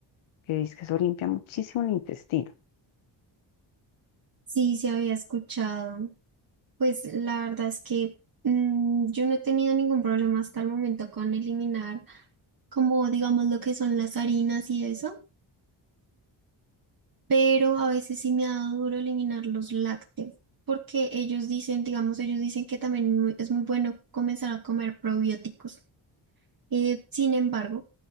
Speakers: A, on the left; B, on the right.
A: que dice que eso limpia muchísimo el intestino.
B: sí, se había escuchado. Pues la verdad es que mm, yo no he tenido ningún problema hasta el momento con eliminar como digamos lo que son las harinas y eso, pero a veces sí me ha dado duro eliminar los lácteos, porque ellos dicen, digamos, ellos dicen que también muy- es muy bueno comenzar a comer probióticos. Eh, sin embargo,